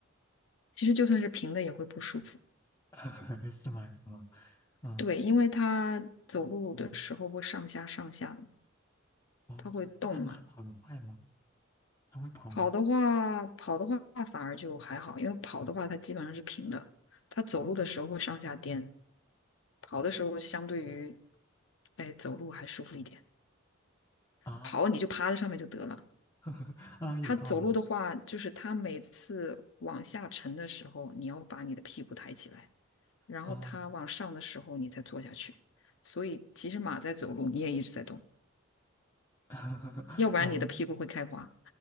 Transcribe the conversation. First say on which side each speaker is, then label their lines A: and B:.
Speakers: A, on the left (about 65°); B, on the left (about 20°).
A: 其实就算是平的也会不舒服。
B: <laughs> 是吗？是吗？嗯。
A: 对，因为它走路的时候会上下上下的，
B: 哦，
A: 它会动嘛。
B: 那他马跑得快吗？他会跑吗？
A: 跑的话，跑的话反而就还好，因为跑的话它基本上是平的，它走路的时候会上下颠。跑的时候相对于，哎，走路还舒服一点。
B: 啊
A: 跑你就趴在上面就得了。
B: <laughs> 啊，有道理
A: 它走路的话，就是它每次往下沉的时候，你要把你的屁股抬起来，然后它往上的时候，
B: 哦，
A: 你再坐下去。所以其实马在走路，你也一直在动，
B: <laughs>
A: 要不然你的屁股会开花。
B: 哦